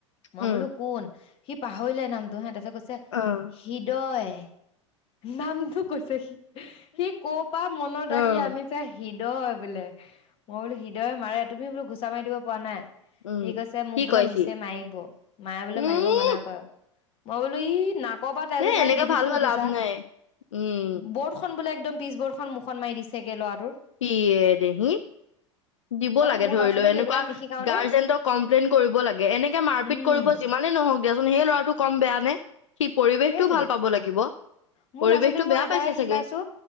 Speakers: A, on the left; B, on the left.
A: মই
B: উম,
A: বোলো কোন সি পাহৰিলে নামটো হে তাৰ পিছত কৈছে
B: অ',
A: হৃদয় নামটো কৈছে সি সি কৰ পৰা মনত ৰাখি
B: অ',
A: আনিছে সি হৃদয় বোলে মই বোলো হৃদয়ে মাৰে তুমি বোলো ঘুচা মাৰি দিব পৰা নাই
B: উম,
A: সি কৈছে মোক
B: কি
A: বোলে
B: কয়
A: মিছে
B: সি
A: মাৰিব মায় বোলে
B: উম
A: মাৰিব মানা কৰ মই বোলো ই নাক কপা তেজ
B: এ
A: ওলায়
B: এনেকে
A: দিবিচোন
B: ভাল হৈ
A: ঘুছা
B: লাভ নাই। উম,
A: বৰ্ডখন বোলে পিচবৰ্ডখন মুখত মাৰি দিছেগে ল'ৰাটো
B: ইয়ে এ দেহি দিব
A: মই
B: লাগে
A: মোৰ
B: ধৰি
A: ল'ৰা ছোৱালীক
B: লৈ এনেকোৱা
A: এইবিলাক নিশিকাও
B: গাৰ্জেন্টক
A: দেই
B: কমপ্লেইন কৰিব লাগে এনেকে মাৰপিত
A: উম
B: কৰিব যি মানে নহওক দিয়াচোন সেই ল'ৰাটো কম বেয়া নে সি পৰিৱেশটোও
A: সেইটোয়ে
B: ভাল পাব লাগিব
A: মোৰ
B: পৰিৱেশটো
A: ল'ৰা ছোৱালীক মই
B: বেয়া
A: এটাই
B: পাইছে
A: শিকাইছো
B: চাগে